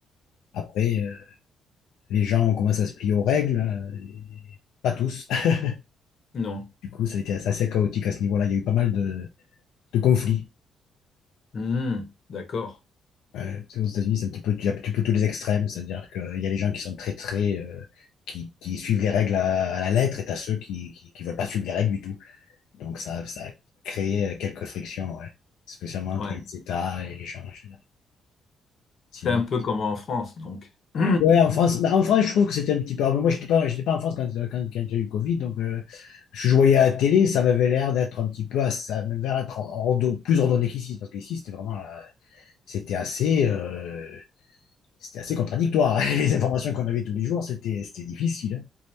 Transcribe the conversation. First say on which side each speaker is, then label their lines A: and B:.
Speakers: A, on the left; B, on the left.
A: après, euh, les gens ont commencé à se plier aux règles. euh, et pas tous. <laughs>
B: non.
A: Du coup, ça a été assez assez chaotique à ce niveau-là. Il y a eu pas mal de, de conflits.
B: Hmm, d'accord.
A: Ouais, c'est aux États-Unis, c'est un petit peu, tu as un petit peu tous les extrêmes, c'est-à-dire qu'il y a les gens qui sont très, très, euh, qui, qui suivent les règles à, à la lettre et t'as ceux qui, qui, qui veulent pas suivre les règles du tout. Donc ça, ça a créé euh, quelques frictions, ouais. Spécialement entre
B: Ouais,
A: les États et les gens, en général. Sinon.
B: c'est un peu comme en France, donc. <clears throat>
A: Ouais, en France, bah, en France, je trouve que c'était un petit peu. Alors, moi, j'étais pas, j'étais pas en France quand, quand, quand il y a eu Covid, donc euh, je voyais à la télé, ça m'avait l'air d'être un petit peu, à- ça m'avait l'air d'être en- plus ordonné qu'ici, parce qu'ici, c'était vraiment, euh, c'était assez. euh, c'était assez contradictoire. <laughs> Les informations qu'on avait tous les jours, c'était c'était difficile. hein.